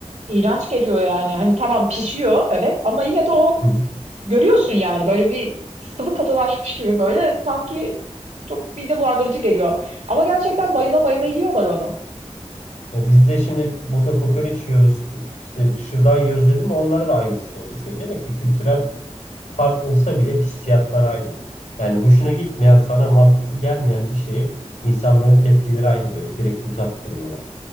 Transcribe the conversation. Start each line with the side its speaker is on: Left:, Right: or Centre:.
Right: iğrenç geliyor yani. Hani tamam pişiyor evet ama yine de o
Left: Hı hı.
Right: görüyorsun yani böyle bir sıvı katılaşmış gibi böyle sanki çok mide bulandırıcı geliyor. Ama gerçekten
Left: İşte.
Right: bayıla bayıla yiyorlar onu.
Left: Ya biz de şimdi burada kokoreç yiyoruz, işte şırdan yiyoruz dedim mi onlara da aynı hissi oluşuyor. Demek ki kültürel fark olsa bile hissiyatlar aynı. Yani hoşuna gitmeyen, sana mantıklı gelmeyen bir şeye insanların tepkileri aynı böyle direkt uzak duruyorlar.